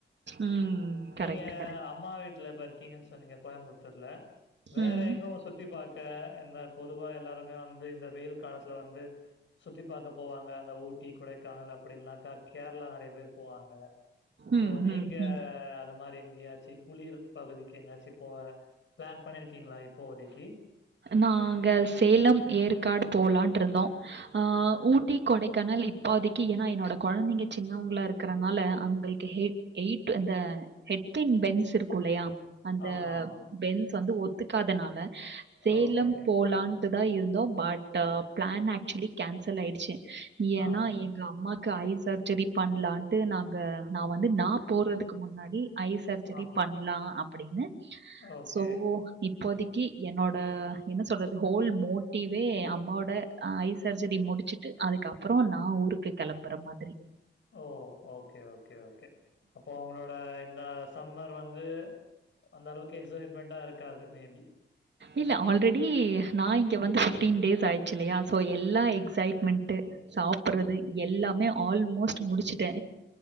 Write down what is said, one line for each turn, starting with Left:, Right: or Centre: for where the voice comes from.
Right: ம். கரெக்ட்,
Left: நீங்க
Right: கரெக்ட்.
Left: அம்மா வீட்ல பர் இருக்கிங்கன்னு சொன்னீங்க கோயம்புத்தூர்ல வேற
Right: ம்.
Left: எங்கும் சுத்தி பாக்க க்க இந்த பொதுவா எல்லாருமே வந்து இந்த வெயில் காலத்துல வந்து சுத்தி பாக்க போவாங்க அந்த ஊட்டி கொடைக்கானல் அப்டி இல்னாக்கா கேரளா நெறைய பேர் போவாங்க சோ
Right: ம்,
Left: நீங்க
Right: ம், ம்.
Left: அது மாதிரி எங்கயாச்சு குளிர் பகுதிக்கு எங்கயாச்சு போ பிளான் பண்ணிருக்கீங்ளா இப்போதைக்கு
Right: நாங்க சேலம் ஏற்காடு போலான்ட்டு இருந்தோம் ஆ ஊட்டி கொடைக்கானல் இப்போதிக்கு ஏன்னா என்னோட கொழந்தைங்க சின்னவுங்களா இருக்கு இருக்கறனால அவங்களுக்குஹெ ஹெயிட் அ ஹெட் ஃபேன் பென்ஸ் இருக்கும் இல்லயா அந்த
Left: ஆமா ஆமா
Right: பென்ஸ் வந்து ஒத்துக்காதனால சேலம்
Left: ஓகே
Right: போலாண் ட்டு தா இருந்தோம் பட் பிளான் ஆக்சுவலி கேன்சல் ஆயிடுச்சு ஏன்னா
Left: ஆஹா
Right: எங்க அம்மாக்கு ஐ சர்ஜரி பண்ணலான்ட்டு நாங்க நான் வந்து நா போறதுக்கு முன்னாடி ஐ சர்ஜரி
Left: ஆ
Right: பண்ணலாம் அப்டின்னு
Left: ஓகே
Right: சோ இப்போதைக்கு என்னோட என்ன சொல்றது ஹோல் மோட்டிவே அம்மாவோட ஆ ஐ சர்ஜரி முடுச்சுட்டு அதுக்கப்றோ நான் ஊருக்கு கெளம்புற மாதிரி
Left: ஓ ஓகே ஓகே ஓகே அப்போ உங்களோட இந்த சம்மர் வந்து அந்த அளவுக்கு எக்ஸைட்மெண்ட்டா இருக்காது மேபி
Right: இல்ல ஆல்ரெடி நா இங்க வந்து பிஃப்டீன் டேஸ் ஆயிடுச்சு இல்லையா எல்லா எக்ஸைட்மெண்ட்டு சாப்றது எல்லாமே ஆல்மோஸ்ட் முடிச்சுட்டே